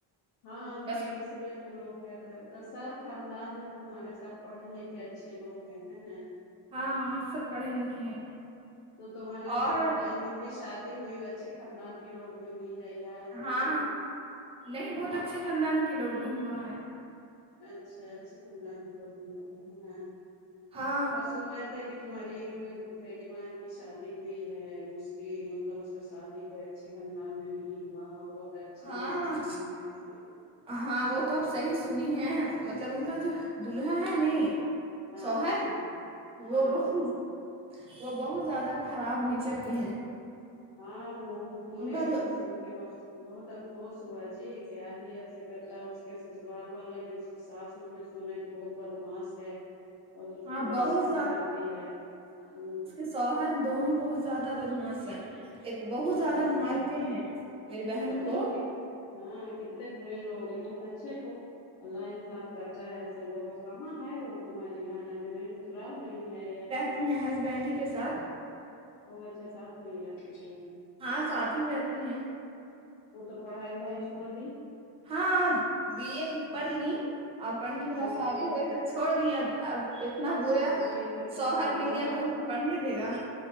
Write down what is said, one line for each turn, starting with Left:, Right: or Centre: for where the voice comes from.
Left: ہاں بی
Right: بس
Left: ایڈ اسی لیے تو لوگ کر رہا سب خاندان میں تمہارے سب پڑے لکھے اچھے لوگ ہیں ہیں نا
Right: ہاں ہاں سب پڑھے لکھے ہیں
Left: تو تمہارے
Right: اور
Left: جو بھائی لوگ کی شادی ہوئی اچھے خاندان کے لوگ میں ہوئی ہے یا ایسے
Right: ہاں
Left: ہی
Right: نہیں بہت اچھے خاندان کے لوگ میں ہوا ہے
Left: اچھا اچھی خاندان کے لوگ ب ہے نا
Right: ہاں
Left: اور سن رہے تھے کہ تمہاری ایک پھوپیری بہان کی شادی ہوئی ہے اس کی مطلب اس کا شادی ہو اچھے خاندان میں نہیں ہوا بہت اچھے
Right: ہاں
Left: لوگ نہیں ہیں اس کے
Right: ہاں وہ تو اب صحیح سنی ہے مطلب ان کا جو دلہا ہے نے
Left: ہاں
Right: شوہر
Left: ہاں ہاں
Right: وہ
Left: ہاں
Right: بہت
Left: ہاں
Right: وہ بہت زیادہ خراب نیچر کے ہیں
Left: ہاں وہ ہم سنے
Right: ان کا
Left: ہم
Right: جو
Left: کو سن کے بس بہت افسوس ہوا جی کیا ہی ایسے کرتا اس کے سسرال والے بھی ساس بھی سونے کی بہت بدماس ہے بہت اس
Right: ہاں
Left: کو پریشان
Right: بہت
Left: کرتی ہے ہوں
Right: سوہر دونوں بہت زیادہ بدماس ہیں بہت
Left: ہاں
Right: زیادہ مارتے
Left: ہاں
Right: ہیں میری بہن
Left: بتاؤ
Right: کو
Left: کت ہاں کتنے برے لوگ ہیں اچھا تو اللہ انصاف کرتا ہے ایسے لوگ کہاں ہے وہ تمہاری محنت وہیں سسرال میں ہی ہے یا
Right: تی ہے ہسبینڈ کے ساتھ
Left: تو اچھا ساتھ میں رہتے ہے وہ
Right: ہاں ساتھ ہی میں رہتی ہیں
Left: وہ تو پڑھائی وڑھائی چھوڑ ی
Right: ہاں بی اے پڑھ لی اور پڑھنے کے بعد
Left: اور
Right: شادی
Left: بی
Right: ہوگئی تو چھوڑ دی اب اتنا برا
Left: بی اے کر کے
Right: شوہر
Left: چھوڑ
Right: مل
Left: دی
Right: گیا تو ان کو پڑھنے دے گا